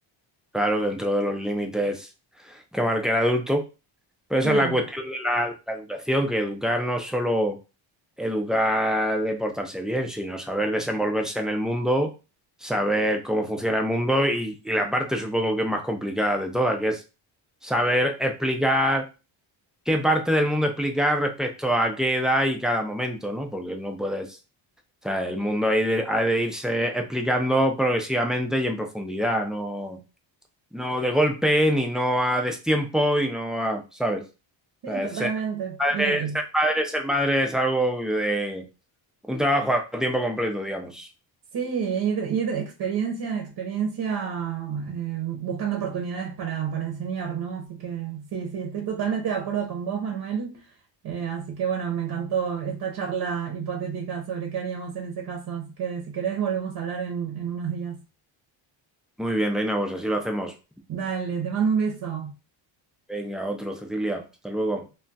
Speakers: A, in the centre; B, on the right.
A: Claro, dentro de los límites que marca el adulto. Pero esa
B: Claro,
A: es la cuestión de la, de la educación, que educar no es solo educar de portarse bien, sino saber desenvolverse en el mundo, saber cómo funciona el mundo y, y la parte supongo que es más complicada de todas, que es saber explicar qué parte del mundo explicar respecto a qué edad y cada momento, ¿no? Porque no puedes... O sea, el mundo ha de, ha de irse explicando progresivamente y en profundidad, no, no de golpe, ni no a destiempo, y no a, ¿sabes? O
B: sí,
A: sea,
B: totalmente.
A: ser, padre,
B: Y, eh,
A: ser
B: y-
A: padre, ser madre es algo de, un trabajo a tiempo completo, digamos.
B: sí, ir, ir de experiencia en experiencia eh, buscando oportunidades para, para enseñar, ¿no? Así que sí, sí, estoy totalmente de acuerdo con vos, Manuel. Eh, así que bueno, me encantó esta charla hipotética sobre qué haríamos en ese caso. Así que si querés, volvemos a hablar en, en unos días.
A: Muy bien, Reina, pues así lo hacemos.
B: Dale, te mando un beso.
A: Venga, otro, Cecilia. Hasta luego.